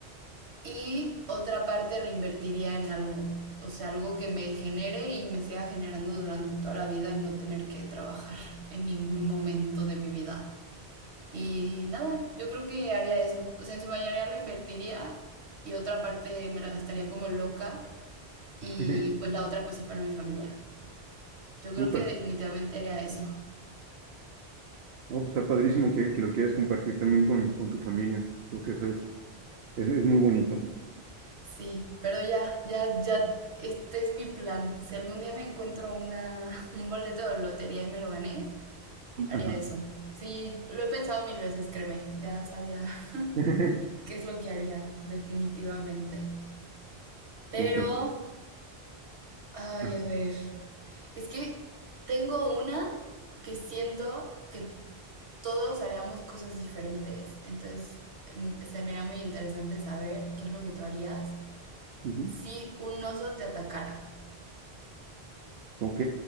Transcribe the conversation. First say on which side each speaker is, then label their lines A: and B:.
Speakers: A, on the right (about 90°); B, on the right (about 75°).
A: y otra parte la invertiría en algo, o sea, algo que me genere y me siga generando durante toda la vida y no tener que trabajar en ningún momento de mi vida. Y nada, yo creo que haría eso, o sea, en su mayoría lo invertiría y otra parte me la gastaría como loca y
B: <laughs>
A: pues la otra pues sí para mi familia. Yo creo
B: Súper.
A: que definitivamente haría eso.
B: No, pues está padrísimo que, que lo quieras compartir también con, con tu familia. Creo que eso es, es, es muy bonito.
A: Sí, pero ya, ya, ya, este es mi plan. Si algún día me encuentro una, un boleto de lotería y me lo gané, Haría
B: Ajá.
A: eso. Sí, lo he pensado mil veces, créeme. Ya sabía <laughs>
B: <laughs>
A: qué es lo que haría, definitivamente. Pero,
B: Súper.
A: ay,
B: Ajá.
A: a ver. Es que tengo una que siento que todos haríamos cosas diferentes. Entonces, mm, se me era muy interesante saber qué es lo que tú harías
B: Ujú.
A: si un oso te atacara.
B: Ok.